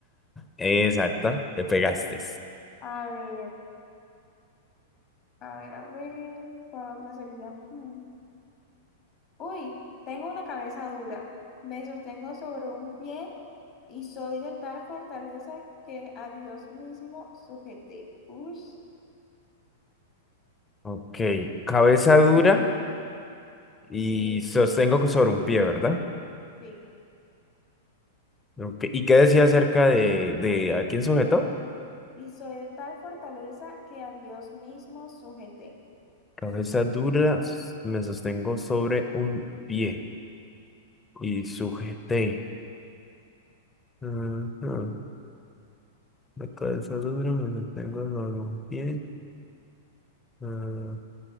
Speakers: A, on the left; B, on the left.
A: Exacto, te pegaste.
B: a ver, a ver, a ver, ¿cuál otra sería? Mm. Uy, tengo una cabeza dura. Me sostengo sobre un pie y soy de tal fortaleza que a Dios mismo sujeté. Uy,
A: Ok, cabeza dura y
B: sí,
A: sostengo sobre un pie, ¿verdad?
B: sí.
A: Ok, ¿Y qué decía acerca de, de a quién sujetó?
B: Y soy de tal fortaleza que a Dios mismo sujeté.
A: Cabeza dura, s- me sostengo sobre un pie y sujeté. Ajá, La cabeza dura, me sostengo sobre un pie. ah,